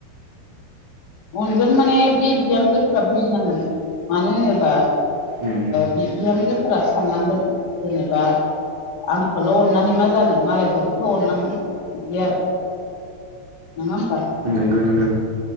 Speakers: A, on the left (about 50°); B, on the right (about 45°).
A: अनगोन माने बे बिहामजोफोरा बुजिनांगोन मानो होनोबा
B: उम
A: बिहामजोफोरा साननांगोन जेनेबा आंखौल' अननानै मा जानो मालायखौबोथ' अननांगोन बिदि आरो नङा होमबा
B: नंगौ नंगो